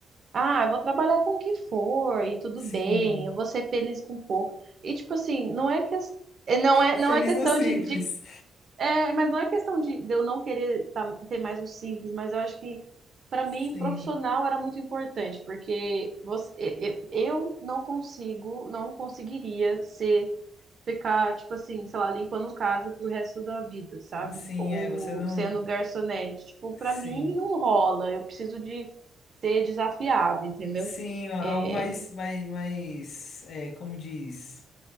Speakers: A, on the right; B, on the left.
A: ah, eu vou trabalhar com o que for e tudo
B: Sim.
A: bem, eu vou ser feliz com pouco. E tipo assim, não é que é, não é,
B: Feliz
A: não é questão
B: no simples.
A: de, de é, mas não é questão de, de eu não querer tá- ter mais o simples, mas eu acho que para
B: Sim.
A: mim profissional era muito importante, porque você, e- e- eu não consigo, não conseguiria ser ficar tipo assim, sei lá, limpando casa pro resto da vida, sabe?
B: Sim,
A: Ou
B: é, você não,
A: sendo garçonete, tipo, para
B: Sim.
A: mim não rola. Eu preciso de ser desafiado, entendeu?
B: Sim, algo
A: É,
B: mais, mais, mais, é, como diz?